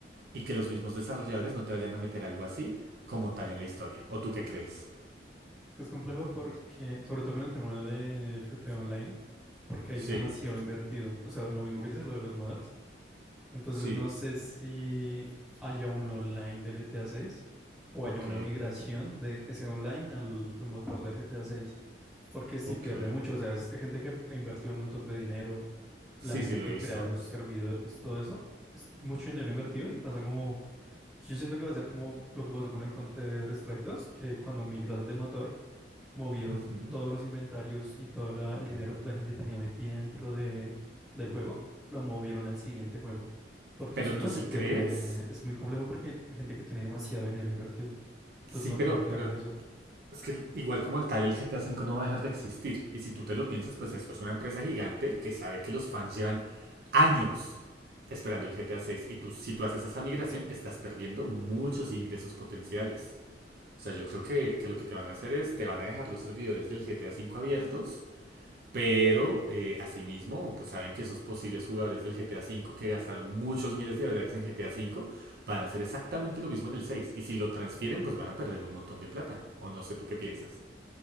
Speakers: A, on the right (about 55°); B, in the centre.
A: y que los mismos desarrolladores no te vayan a meter algo así como tal en la historia. ¿O tú qué crees?
B: Es que es complejo porque, sobre todo con el tema del GTA Online, porque hay
A: Sí,
B: demasiado invertido. O sea, lo mismo que dice lo de los modders, Entonces
A: sí,
B: no sé si haya un online del GTA 6 o
A: ok,
B: haya una migración de ese online al, al motor del GTA 6, porque si
A: ok.
B: pierde mucho, o sea, es gente que ha invertido un montón de dinero, la
A: Sí,
B: gente
A: sí, lo
B: que
A: he visto.
B: crea los servidores, todo eso, es mucho dinero invertido y pasa como, yo siento que va a ser como lo que pasó con el Counter-Strike 2, que cuando migraron de motor movieron
A: Ujú.
B: todos los inventarios y todo la- el dinero que la gente tenía metida dentro de, del juego, lo movieron al siguiente juego. Porque
A: Pero
B: si no,
A: tú
B: se
A: sí
B: pierde.
A: crees?
B: Es muy complejo porque hay gente que tiene demasiado dinero invertido. Entonces
A: Sí,
B: no
A: pero,
B: creo que
A: pero
B: le hagan eso.
A: es que igual como el tal, el GTA cinco no va a dejar de existir. Y si tú te lo piensas, pues esto es una empresa gigante que sabe que los fans llevan años esperando el GTA seis Y tú, si tú haces esa migración, estás perdiendo muchos ingresos potenciales. O sea, yo creo que, que lo que te van a hacer es, te van a dejar los servidores del GTA cinco abiertos pero, eh, asimismo, pues saben que esos posibles jugadores del GTA V que gastaron muchos miles de dólares en GTA V van a hacer exactamente lo mismo en el 6. Y si lo transfieren, pues van a perder un montón de plata. O no sé tú qué piensas.